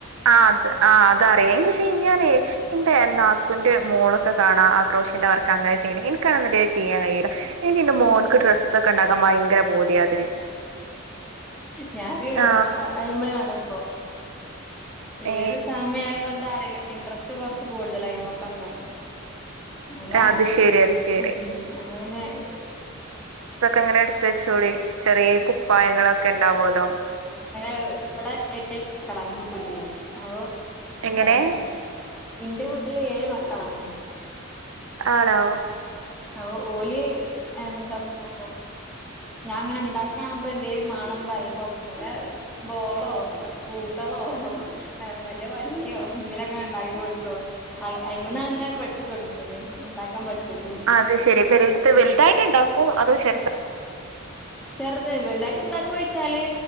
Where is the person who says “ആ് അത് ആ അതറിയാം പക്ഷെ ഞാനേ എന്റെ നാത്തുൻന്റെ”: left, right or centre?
Right